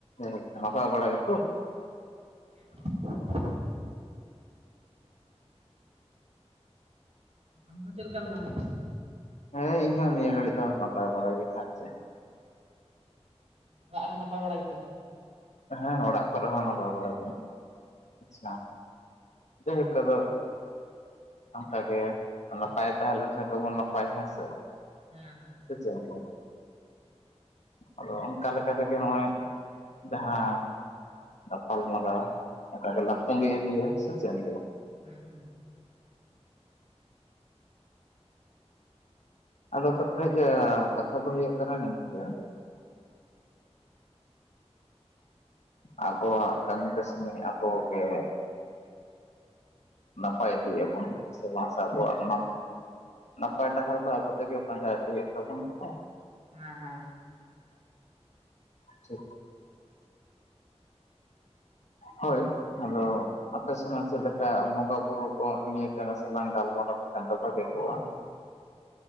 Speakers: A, on the left (about 85°); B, on the right (about 65°).
A: ᱟᱪᱪᱷᱟ ᱱᱟᱯᱟᱭ ᱵᱟᱲᱟ ᱜᱮᱛᱚ
B: <unintelligible> ᱟᱢ ᱫᱚ ᱪᱮᱫ ᱞᱮᱠᱟ ᱢᱮᱱᱟᱢᱟ
A: ᱦᱮᱸ ᱤᱧ ᱦᱚᱸ ᱱᱤᱭᱟᱹ ᱜᱷᱟᱲᱤᱡ ᱫᱚ ᱱᱟᱯᱟᱭ ᱵᱟᱲᱟ ᱜᱮ ᱦᱮᱸ ᱥᱮ
B: ᱚᱲᱟᱜ ᱨᱮ ᱱᱟᱯᱟᱭ ᱵᱟᱲᱟ ᱜᱮᱛᱚ
A: ᱦᱮᱸ ᱚᱲᱟᱜ ᱠᱚ ᱨᱮ ᱦᱚᱸ ᱱᱟᱯᱟᱭ <inaudible> ᱵᱟᱲᱟ ᱜᱮ ᱟᱪᱪᱷᱟ ᱡᱟᱭᱦᱳᱠ ᱟᱫᱚ ᱵᱷᱟᱜᱮ ᱱᱟᱯᱟᱭ ᱛᱟᱦᱮᱸ ᱞᱮᱱᱠᱷᱟᱱ ᱜᱮ ᱵᱚᱱ ᱱᱟᱯᱟᱭ ᱦᱮᱸ ᱥᱮ
B: ᱦᱮᱸ ᱦᱮᱸ
A: ᱥᱮ ᱪᱮᱫ ᱮᱢ ᱞᱟᱹᱭᱼᱟ ᱟᱫᱚ ᱚᱱᱠᱟ ᱞᱮᱠᱟ ᱨᱮ ᱜᱮ ᱱᱚᱜᱚᱭ ᱡᱟᱦᱟᱸ ᱜᱟᱯᱟᱞ ᱢᱟᱨᱟᱣ ᱱᱚᱠᱟ ᱜᱮᱞᱟᱝ ᱛᱚᱝᱜᱮ ᱤᱫᱤᱭᱟ ᱥᱮ ᱪᱮᱫ ᱮᱢ ᱞᱟᱹᱭᱼᱟ
B: ᱦᱩ
A: ᱟᱫᱚ ᱠᱟᱛᱷᱟᱡ ᱠᱟᱛᱷᱟ ᱫᱚ ᱦᱩᱭᱩᱜ ᱠᱟᱱᱟ ᱱᱤᱝᱠᱟᱹ ᱟᱵᱚᱣᱟᱜ ᱠᱟᱢᱤ ᱠᱟᱥᱱᱤ ᱟᱵᱚ ᱜᱮ ᱱᱟᱯᱟᱭ ᱤᱫᱤ ᱟᱵᱚᱱ ᱥᱮ ᱢᱟᱥᱠ ᱟᱵᱚᱣᱟᱜ
B: ᱦᱮᱸ
A: <unintelligible> ᱱᱟᱯᱟᱭ ᱰᱟᱦᱟᱨ ᱫᱚ ᱟᱵᱚ ᱛᱮ ᱜᱮ ᱯᱟᱸᱡᱟ ᱤᱫᱤᱭ ᱦᱳᱭᱳᱜ ᱛᱟᱵᱚᱱᱟ ᱛᱚ
B: ᱦᱮᱸ ᱦᱮᱸ
A: ᱛᱚ᱾
B: <unintelligible>
A: ᱦᱳᱭ ᱟᱫᱚ ᱟᱯᱮ ᱥᱮᱱᱟᱜ ᱪᱮᱫ ᱞᱮᱠᱟ ᱵᱚᱸᱜᱟ ᱵᱩᱨᱩ ᱠᱚ ᱱᱤᱭᱟᱹ ᱴᱟᱜ ᱞᱟᱝ ᱜᱟᱞᱢᱟᱨᱟᱣ ᱞᱮᱠᱷᱟᱱ ᱫᱚ ᱵᱷᱟᱜᱮ ᱠᱚᱜ-ᱟ